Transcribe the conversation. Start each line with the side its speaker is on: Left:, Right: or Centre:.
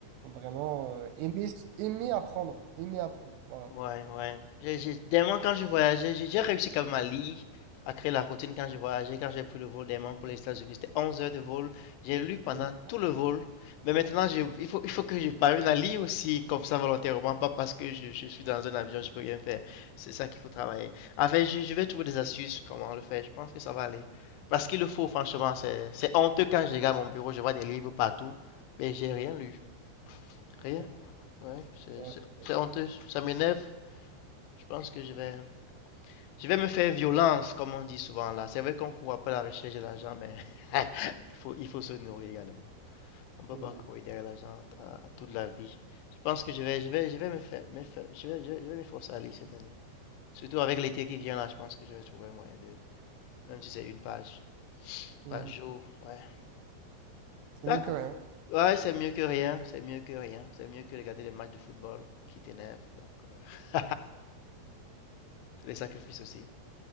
Right: euh, vraiment, euh, aimer, aimer apprendre, aimer apprendre, voilà.
Left: Ouais, ouais. J'ai, j'ai- dernièrement, quand je voyageais, j'ai j'ai réussi quand même à lire, à créer la routine quand je voyageais, quand j'ai pris le vol dernièrement pour les États-Unis. C'était 11 heures de vol. J'ai lu pendant
Right: Mhm.
Left: tout le vol. Mais maintenant, je- il faut, il faut que je parvienne à lire aussi, comme ça, volontairement, pas parce que je, je suis dans un avion, je peux rien faire. C'est ça qu'il faut travailler. En fait, je, je vais trouver des astuces, comment le faire. Je pense que ça va aller. Parce qu'il le faut, franchement. C'est, c'est honteux quand je regarde mon bureau, je vois des livres partout, mais j'ai rien lu. Rien.
Right: Ouais,
Left: Ouais, c'est
Right: ouais,
Left: c'est-
Right: ouais.
Left: c'est honteux. Ça m'énerve. Je pense que je vais, je vais me faire violence, comme on dit souvent là. C'est vrai qu'on court après la recherche de l'argent, mais <laughs> il faut, il faut se nourrir également. On ne peut
Right: Eh oui.
Left: pas courir derrière l'argent à- toute la vie. Je pense que je vais, je vais, je vais me faire, me faire- je vais, je vais, je vais m'efforcer à lire cette année. Surtout avec l'été qui vient là, je pense que je vais trouver un moyen de, même si c'est une page
Right: Mhm.
Left: par jour, ouais.
Right: C'est
Left: D'ac-
Right: mieux que rien.
Left: Ouais, c'est mieux que rien, c'est mieux que rien, c'est mieux que regarder les matchs de football qui t'énervent. Donc, euh, <laughs> c'est des sacrifices aussi.